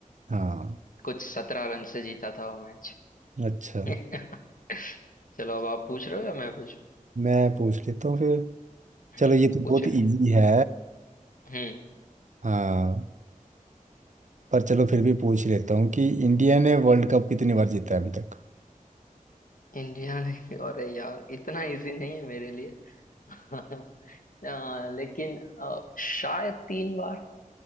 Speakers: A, on the right; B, on the left.
A: हाँ
B: कुछ सत्रह रन से जीता था वो मैच
A: अच्छा
B: <laughs> चलो अब आप पूछ रहे हो या मैं पूछ
A: मैं पूछ लेता हूँ फिर
B: हम्म
A: चलो ये तो
B: पूछे
A: बहुत इजी है
B: हम्म
A: हाँ पर चलो फिर भी पूछ लेता हूँ कि इंडिया ने वर्ल्ड कप कितनी बार जीता है अभी तक
B: इंडिया नहीं अरे यार इतना इजी नहीं है मेरे लिए <laughs> आ, लेकिन आ, शायद तीन बार